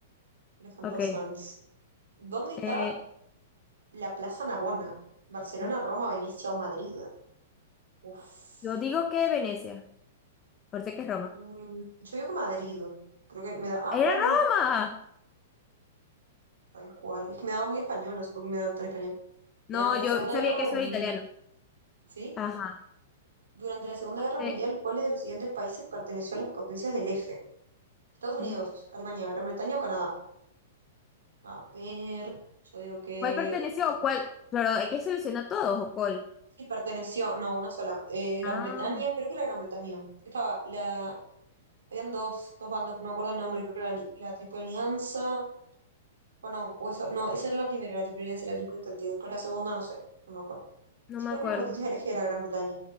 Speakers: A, on the right; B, on the left.
A: Alejandro
B: Ok.
A: Sanz. ¿Dónde está
B: eh,
A: la Plaza Navona? ¿Barcelona,
B: no,
A: Roma, Venecia o Madrid? Uf.
B: Yo digo que Venecia. Ahorita que es Roma.
A: Mm, yo digo que Madrid. Creo que me da. Ah,
B: ¡Era
A: no, Roma.
B: Roma!
A: Tal cual. Es que me daba muy español, no sé por qué me daba tan español. Durante
B: No,
A: la
B: yo
A: Segunda
B: sabía
A: Guerra
B: que eso
A: Mundial.
B: era italiano.
A: ¿Sí?
B: Ajá.
A: Durante la Segunda Guerra
B: Eh,
A: Mundial, ¿cuál de los siguientes países perteneció a las potencias del eje? Estados Unidos,
B: eh,
A: Alemania, Gran Bretaña o Canadá. A ver. Yo digo que.
B: ¿Cuál perteneció o cuál? Claro, hay que seleccionar todos o cuál.
A: Sí, perteneció. No, una sola. Eh, Gran
B: Ah,
A: Bretaña, creo que era Gran Bretaña. Estaba la Habían dos, dos bandas, no me acuerdo el nombre, creo que era la, la Triple Alianza, o no, o eso, no, esa era la primera, la Triple Alianza y la Triple Entente, y después la segunda, no sé, no me acuerdo.
B: no
A: Sí,
B: me
A: creo
B: acuerdo.
A: que la potencia del eje era Gran Bretaña,